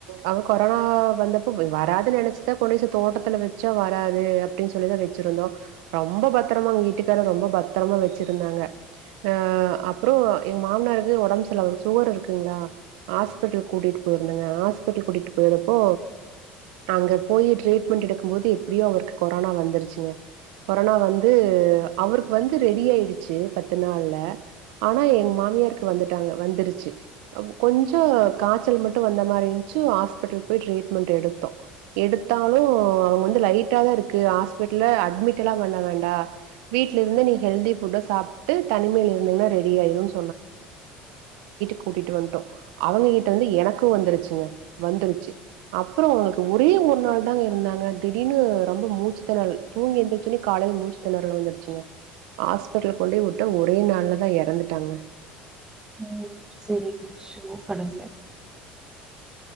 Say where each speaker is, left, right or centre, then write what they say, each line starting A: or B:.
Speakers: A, on the right (about 80°); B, on the right (about 15°).
A: அவங்க கொரோனா வந்தப்ப வராதுன்னு நினைச்சுதான் கொண்ட தோட்டத்துல வச்சா வராது அப்டின்னு சொல்லிதான் வச்சிருந்தோம் ரொம்ப பத்திரமா வீட்டுக்கார ரொம்ப பத்திரமா வச்சிருந்தாங்க அ அப்பறம் எங்க மாமனாருக்கு உடம்பு சில வச்சு சுகர் இருக்குங்களா ஹாஸ்பல் கூட்டிட்டு போயிருந்தங்க ஹாஸ்ப கூட்டிட்டு போயறப்போ அங்க போய் ட்ரீட்மெண்ட் எடுக்கும் போது எப்டியோ அவருக்கு கொரோனா வந்துருச்சுங்க கொரோனா வந்து அவருக்கு வந்து ரெடி ஆயிடுச்சு பத்து நாள்ல ஆனா எங்க மாமியருக்கு வந்துட்டாங்க வந்து கொஞ்சம் காய்ச்சல் மட்டும் வந்த மாரி இருந்துச்சு ஹாஸ்பிடல் போய் ரிச்மெண்ட் எடுத்தோம் எடுத்தாலும் அவங்க வந்து லைட்டா தான் இருக்கு ஹாஸ்பிடல் அட்மிட் பண்ணாங்கடா வீட்ல இருந்து ஹெல்த் ஃட்டி சாப்டு தனிமையில இருந்தா ரெடியாடூம் கூட்டிட்டு வந்துட்டோம் அவங்க கிட்ட வந்து எனக்கும் வந்துருச்சுங்க வந்துருச்சு அப்பறம் அவங்களுக்கு ஒரே ஒரு நாள் தான் இருந்தாங்க திடீனு ரொம்ப மூச்சு திணல் தூங்கி ஏந்துச்சனே காலையில் மூச்சு திணறல வந்துருச்சுங்க ஹாஸ்பிட்டல் கொண்டு விட்ட ஒரே நாள்லதான் இறந்துட்டாங்க
B: ஓ செரி சோச கடவுளே